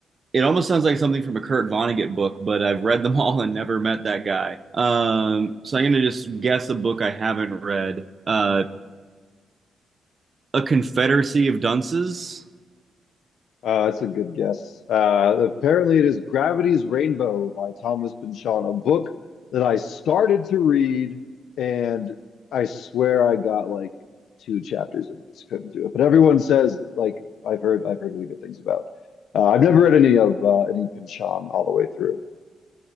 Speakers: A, on the right; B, on the left.
A: it almost sounds like something from a Kurt Vonnegut book, but I've read them <laughs> all and never met that guy. Um, so I'm going to just guess a book I haven't read. Uh, a Confederacy of Dunces.
B: Uh, that's a good guess. Uh, apparently, it is Gravity's Rainbow by Thomas Pynchon, a book that I started to read, and I swear I got like two chapters and just couldn't do it. But everyone says like I've heard I've heard really good things about. Uh, I've never read any of uh, any Pynchon all the way through.